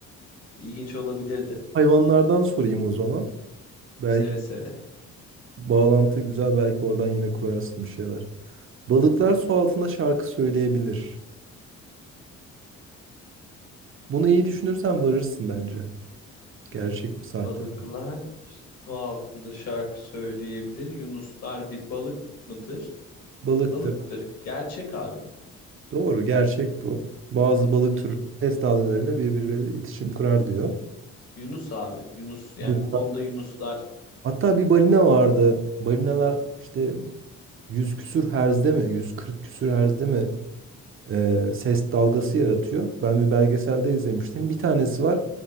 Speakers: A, on the left; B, on the right.
A: İlginç olabilirdi.
B: Hayvanlardan sorayım o zaman. Belki
A: Seve seve.
B: bağlantı güzel, belki oradan yine kurarsın bir şeyler. Balıklar su altında şarkı söyleyebilir. Bunu iyi düşünürsen varırsın bence. Gerçek mi sahte
A: Balıklar
B: mi?
A: su altında şarkı söyleyebilir. Yunuslar bir balık mıdır?
B: Balıktır.
A: Balıktır. Gerçek abi.
B: Doğru, gerçek bu. Bazı balık
A: Hı
B: türleri
A: hı.
B: ses dalgalarıyla birbirleriyle iletişim kurar diyor.
A: Yunus abi. Yunus. Yani
B: Bu
A: bu konuda Yunuslar.
B: Hatta bir balina vardı. Balinalar işte 100 küsür herzde mi? 140 küsür herzde mi? e, ses dalgası yaratıyor. Ben bir belgeselde izlemiştim. Bir tanesi var.